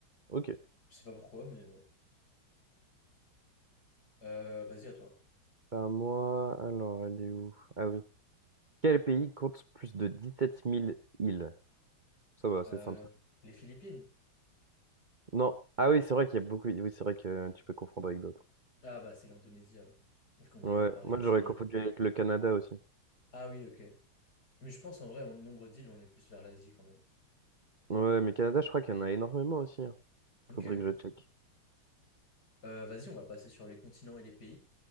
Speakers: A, on the right (about 40°); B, on the left (about 50°).
A: Ok.
B: Je sais pas pourquoi, mais ouais. Euh, vas-y, à toi.
A: À moi, alors, elle est où? Ah oui. Quel pays compte plus de dix-sept mille îles? Ça va, c'est
B: Euh,
A: simple ça.
B: les Philippines?
A: Non. Ah oui, c'est vrai qu'il y a beaucoup. Oui, c'est vrai que euh, tu peux confondre avec d'autres.
B: Ah, bah, c'est l'Indonésie alors. Vu qu'on en
A: Ouais,
B: avait parlé
A: moi
B: d'îles.
A: j'aurais confondu avec le Canada aussi.
B: Ah oui, ok. Mais je pense en vrai, en nombre d'îles, on est plus vers l'Asie quand même.
A: Ouais, mais Canada, je crois qu'il y en a énormément aussi. hein.
B: Ok.
A: Faudrait que je check.
B: Euh, vas-y, on va passer sur les continents et les pays.